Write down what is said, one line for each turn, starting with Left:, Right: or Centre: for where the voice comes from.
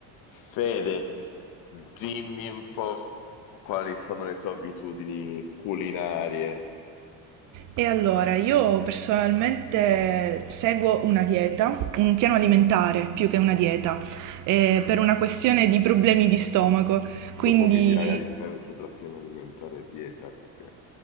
Left: Fede, dimmi un po' quali sono le tue abitudini culinarie.
Right: E allora, io personalmente seguo una dieta, un piano alimentare più che una dieta, eh, per una questione di problemi di stomaco. Quindi
Left: Dopo mi dirai la differenza tra piano alimentare e dieta, perché